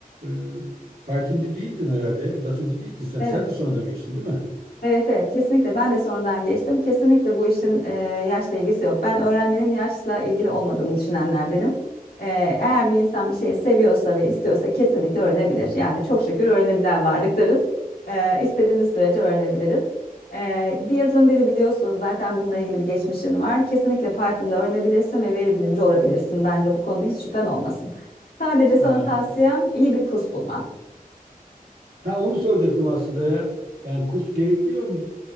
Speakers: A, on the right; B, on the left.
A: e, Python'cı değildin herhalde, datacı değildin sen.
B: Evet.
A: Sen de sonradan geçtin değil mi?
B: Evet evet kesinlikle ben de sonradan geçtim. Kesinlikle bu işin e, yaşla ilgisi yok. Ben öğrenmenin yaşla ilgili olmadığını düşünenlerdenim. E, eğer bir insan bir şeyi seviyorsa ve istiyorsa kesinlikle öğrenebilir. Yani çok şükür öğrenebilen varlıklarız. E, istediğimiz sürece öğrenebiliriz. E, bir yazılım dili biliyorsun zaten bununla ilgili bir geçmişin var. Kesinlikle Python'da öğrenebilirsin ve veri bilimci olabilirsin. Bence bu konuda hiç şüphen olmasın. Sadece sana
A: Ha.
B: tavsiyem iyi bir kurs bulman.
A: Ha onu soracaktım aslında ya. Yani kurs gerekliyor mu?